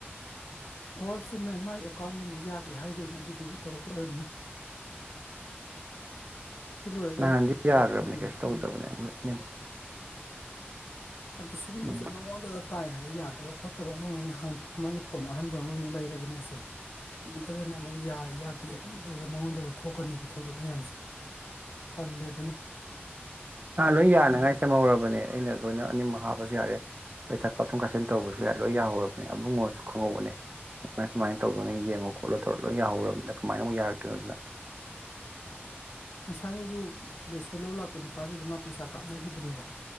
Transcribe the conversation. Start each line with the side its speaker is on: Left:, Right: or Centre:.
Left: ꯑꯣ ꯆꯨꯝꯃꯦ ꯃꯥꯏ ꯑꯦꯀꯥꯎꯟ ꯍꯧꯖꯤꯛ ꯌꯥꯗꯦ ꯍꯥꯏꯒꯤꯈꯤꯕꯅꯦ ꯑꯗꯨꯗꯨꯒꯤ ꯇꯧꯔꯛꯄ ꯑꯣꯏꯔꯝꯒꯅꯤ ꯁꯤ ꯂꯣꯏꯔꯒ
Right: ꯅꯍꯥꯟꯗꯤ
Left: ꯍꯦꯛ
Right: ꯌꯥꯒ꯭ꯔꯕꯅꯦ
Left: ꯍꯪꯕꯤꯔꯣ
Right: ꯀꯩꯁꯨ ꯇꯧꯗꯕꯅꯦ
Left: ꯑꯗꯨ
Right: ꯑꯅꯤꯃꯛ
Left: ꯑꯗꯨ ꯁꯤꯒꯨꯝꯕꯁꯦ
Right: ꯎꯝ
Left: ꯃꯉꯣꯟꯗꯇ ꯇꯥꯏ ꯍꯥꯏꯕ ꯌꯥꯗꯦ ꯇꯧꯕ ꯈꯣꯠꯇꯕ ꯑꯃ ꯃ ꯍꯪ ꯃꯥꯒꯤ ꯐꯣꯟ ꯑꯍꯟꯕ ꯑꯃꯃꯨꯛ ꯂꯩꯔꯕꯅꯦꯁꯦ ꯁꯤ ꯃꯠꯇꯗꯅ ꯑꯃꯨꯛ ꯌꯥꯏ ꯌꯥꯗꯦ ꯑꯗꯨ ꯗꯨꯔ ꯃꯉꯣꯟꯗꯗ ꯊꯣꯛꯀꯅꯦꯕ ꯊꯧꯗꯣꯛ ꯃꯌꯥꯝꯁꯦ ꯇꯜꯂꯦ ꯑꯗꯨꯅ
Right: ꯥꯅꯍꯥꯟ ꯂꯣꯏ ꯌꯥꯅꯉꯥꯏ ꯁꯦꯝꯍꯧꯔꯕꯅꯦ ꯑꯩꯅ ꯂꯣꯏꯅ ꯑꯅꯤꯃꯛ ꯍꯥꯞꯄꯁꯨ ꯌꯥꯔꯦ ꯄꯩꯁꯥ ꯀꯥꯞꯊꯣꯛ ꯀꯥꯞꯁꯤꯟ ꯇꯧꯕꯁꯨ ꯌꯥ ꯂꯣꯏ ꯌꯥꯍꯧꯔꯕꯅꯦ ꯑꯕꯨꯡꯉꯣꯁꯨ ꯈꯪꯍꯧꯕꯅꯦ ꯁꯨꯃꯥꯏ ꯁꯨꯃꯥꯏꯅ ꯇꯧꯗꯣꯅꯦ ꯌꯦꯡꯉꯣ ꯈꯣꯠꯂꯣ ꯇꯧꯔꯒ ꯂꯣꯏ ꯌꯥꯍꯧꯔꯕꯅꯤꯅ ꯀꯃꯥꯏꯅ ꯑꯃꯨꯛ ꯌꯥꯔꯛ ꯇꯔꯤꯅꯣ ꯑꯗꯨꯅ <inaudible>
Left: ꯉꯁꯥꯏ ꯋꯥꯏꯖꯨ ꯕꯦꯁꯣꯟ ꯂꯧ ꯂꯥꯛꯄ ꯅꯨꯄꯥꯗꯨꯗ ꯃꯥ ꯄꯩꯁꯥ ꯀꯥꯞꯅꯈꯤꯕꯅꯦꯕ